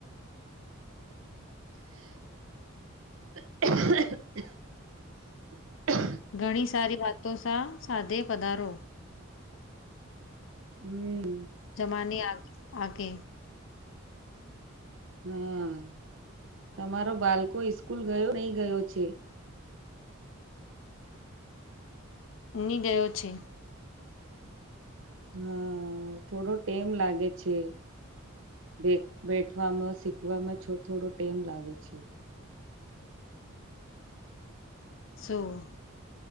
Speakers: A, on the right; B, on the left.
A: <unintelligible>
B: ઘણી સારી વાતો સા સાધે પધારો.
A: હમ. હમ.
B: જમાની આગ આગે.
A: હમ, તમારો બાળકો ઈસ્કૂલ ગયો નઈ ગયો છે?
B: ની ગયો છે.
A: હા થોડો ટેમ લાગે છે. બે બેઠવામાં શીખવામાં છ થોડો ટેમ લાગે છે.
B: સું?